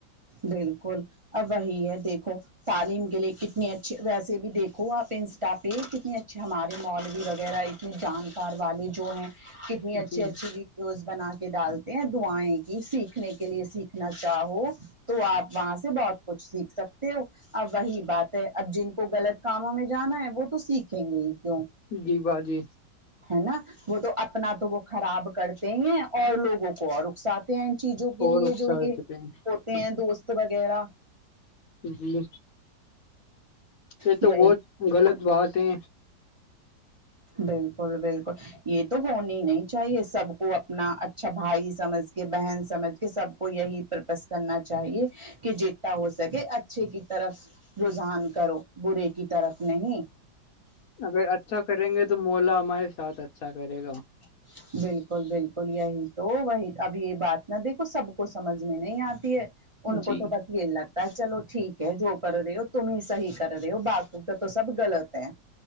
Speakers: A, on the right (about 35°); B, on the left (about 65°).
A: بالکل اب وہی ہے دیکھو تعلیم کے لیے کتنی اچھے ویسے بھی دیکھو آپ انسٹا پہ کتنے اچھے ہمارے مال بھی وغیرہ اپنے جانکار والے جو ہیں کتنی اچھی
B: جی
A: اچھی جوز بنا کے ڈالتے ہیں دعیں کی سیکھنے کے لیے سیکھنا چاہو تو آپ وہاں سے بہت کچھ سیکھ سکتے ہو ا وہی بات اب جن کو غلط کاموں میں جانا ہے وہ تو سیکھیں گے ہی کیوں
B: جی باجی
A: ہے نا وہ تو اپنا تو وہ خراب کرتے ہیں اور لوگوں کو اور اکساتے ہیں ان چیزوں کے
B: اور
A: لیے
B: اکسار
A: جو یہ
B: چکے ہیں
A: ہوتے ہیں دوست وغیرہ
B: جی یہ
A: یہی
B: تو بہت غلط بات ہے
A: بالکل بالکل یہ تو ہونی ہی نہیں چاہیے سب کو اپنا اچھا بھائی سمجھ کے بہن سمجھ کے سب کو یہی پرپس کرنا چاہیے کہ جتتا ہو سکے اچھے کی طرف رجحان کرو برے کی طرف نہیں
B: اگر اچھا کریں گے تو مولا ہمارے ساتھ اچھا کرے گا
A: <inaudible> بالکل بالکل یہی تو وہی اب یہ بات نہ دیکھو سب کو سمجھ میں نہیں آتی ہے ان کو
B: جی
A: تو بس یہی لگتا ہے چلو ٹھیک ہے جو کر رہے ہو تم ہی صحیح کر رہے ہو باپ تو تو سب غلط ہے